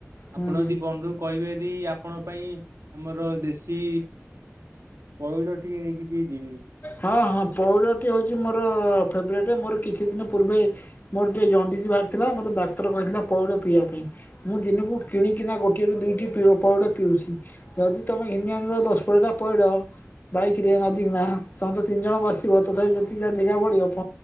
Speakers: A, on the left; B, on the right.
A: ହୁଁ
B: ଆପଣ ଯଦି ବନ୍ଧୁ କଇବେଦି ଆପଣଙ୍କ ପାଇଁ ଆମର ଦେଶୀ ପଇଡ଼ ଟିକେ ନେଇକି ଟିକେ ଯିବି।
A: ହଁ ହଁ ପଇଡ଼ ଟି ହଉଚି ମୋର ଫେବରାଇଟ୍ ମୋର କିଛି ଦିନ ପୂର୍ବେ ମୋର ଟିକେ ଜଣ୍ଡିଚ ବାହାରି ଥିଲା ମୋତେ ଡାକ୍ତର କହିଥିଲା ପଇଡ଼ ପିଇବା ପାଇଁ। ମୁଁ ଦିନୁକୁ କିଣିକିନା ଗୋଟିଏରୁ ଦୁଇଟିି ପିଉ-ପାଉଡ଼ ପିଉଛି। ଯଦି ତମେ ଘିନିଆଣିବ ଦଶ କୋଡ଼ିଏଟା ପଇଡ ବାଇକିରେ ନଦିକିଣା ତମେ ତ ତିନି ଜଣ ବସିବ ତଥାପି ଯେତିକି ଯା ଜେଗା ବଳିବ ପ